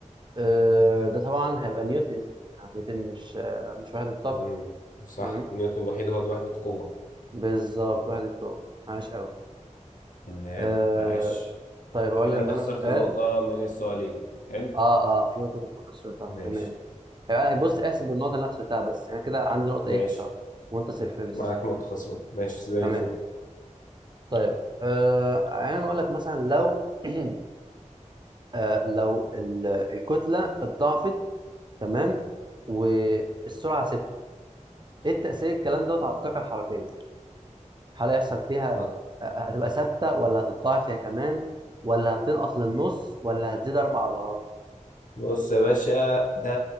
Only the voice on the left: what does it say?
مم. صح
نيوتن الوحيد هو لوحدة قوة
تمام
عاش
كده
انت
خسرت
نقطة من السؤالين حلو
ماشي
ماشي
معاك نقطة خسران ماشي زي
الفل
هات.
بص يا باشا ده